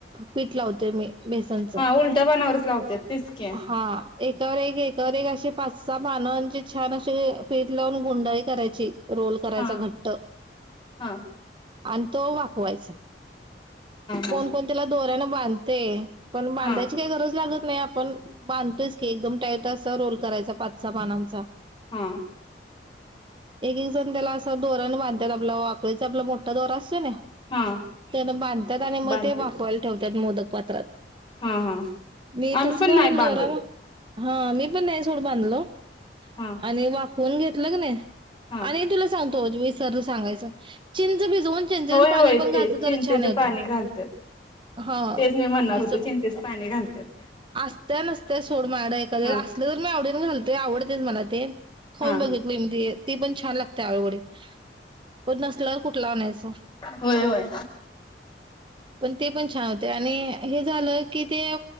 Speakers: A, on the right; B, on the left.
A: पिटला होता. ते मे मेसनच
B: हा उलट्या पानावरच लावत्यात तेच की
A: हा. एकावर एक. एकावर एक. असे. पाच-सहा पानाची. छान असे पीठ लावून गुंडाळी करायची. रोल करायचा
B: हा
A: घट्ट.
B: हा
A: अन. तो वाफवायचा.
B: हा
A: कोण-कोण त्याला. दोऱ्यान बांधते. पण बांधायची
B: हा
A: काही गरज लागत नाही. आपण बांधतोयच की एकदम. तस रोल करायचा पाच-सहा पानांचां.
B: हा
A: एक-एक जण त्याला अस दोराण बांधात आपला वाकळीचा आपला मोठा दोरा आ त्याने.
B: हा
A: त्यान बांधतात. आणि मग
B: बांधतात
A: ते वाफवायला ठेवत त्या मोदक पात्रात.
B: हा हा
A: मी
B: आम्ही
A: तस
B: पण
A: काय
B: नाही
A: अजून
B: बांधत
A: दोरा व हा मी पण नाही सोड बांधलो.
B: हा
A: आणि वाफूनउन घेत घेतल कनी.
B: हा
A: आणि तुला सांगतो. तेच विसरलं सांगायचं. चिंच भिजवत. चिंचेच
B: होय
A: पाणी
B: होय
A: पण घातलं
B: ते चिंचेचं
A: तर छान होतंय
B: पाणी घालतात
A: हा
B: तेच मी म्हणणार
A: भिजव.
B: होतो चिंचेचं पाणी घालतात
A: असतय नसतय सोड माझ्याकडं एखाद्या
B: हा
A: वेळेस असलं तर मी आवडीन घालतोय. आवडतय मला ते खाऊन
B: हा
A: बघितले मी ते. ते पण छान लागत आळूवडी. पन नसल्यावर कुठल आणणायच.
B: होय होय
A: पण ते पण छान होते. आणि हे झालं की ते.